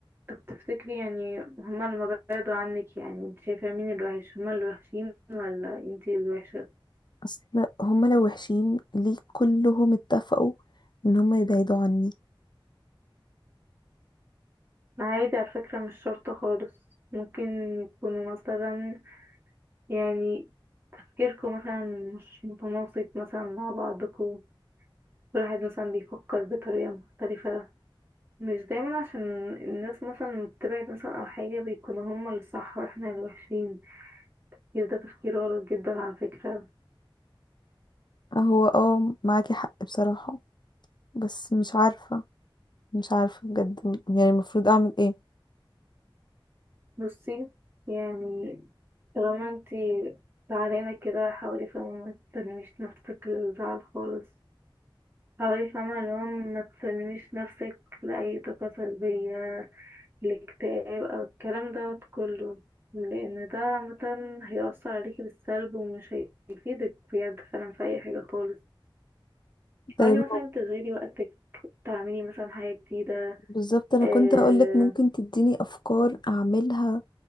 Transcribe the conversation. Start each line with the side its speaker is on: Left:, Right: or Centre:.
Right: طب تفتكري يعني هما لما بعدوا عنك يعني انت شايفة مين الوحش هما الوحشين ولا انتي الوحشة
Left: اصل هما لو وحشين ليه كلهم اتفقوا ان هما يبعدوا عني
Right: عادي على فكرة مش شرط خالص ممكن يكونوا مثلا يعني تفكيركم مثلا مش متناسق مثلا مع بعضكم كل واحد مثلا بيفكر بطريقة مختلفة مش دايما عشان الناس مثلا لما بتبعد مثلا او حاجة بيكونوا هما اللي صح واحنا اللي وحشين يبقى ده تفكير غلط جدا على فكرة
Left: هو اه معاكي حق بصراحة بس مش عارفة مش عارفة بجد م- يعني المفروض اعمل ايه
Right: بصي يعني طالما انتي زعلانة كده حاولي فاهمة ما تسلميش نفسك للزعل خالص حاولي فاهمة اللي هو ما تسلميش نفسك لأي طاقة سلبية الاكتئاب أو الكلام دوت كله لأن ده مثلا هيأثر عليكي بالسلب ومش هيفيدك بجد فعلا في أي حاجة خالص حاولي
Left: طيب
Right: مثلا
Left: هو
Right: تشغلي وقتك تعملي مثلا حاجة جديدة
Left: بالظبط انا
Right: آه،
Left: كنت هقولك ممكن تديني افكار اعملها